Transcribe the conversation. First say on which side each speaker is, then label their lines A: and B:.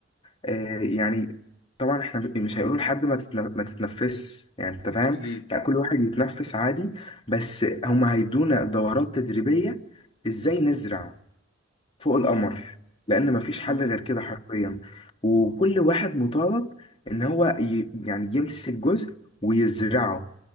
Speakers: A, on the left; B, on the left.
A: آه، يعني طبعا احنا مش هيقولوا لحد ما تتن- ما تتنفس يعني انت فاهم
B: أكيد
A: لا كل واحد يتنفس عادي بس هم هيدونا دورات تدريبية ازاي نزرع فوق القمر
B: امم
A: لان مفيش حل
B: امم
A: غير كده حرفيا وكل واحد مطالب ان هو ي... يعني يمسك جزء ويزرعه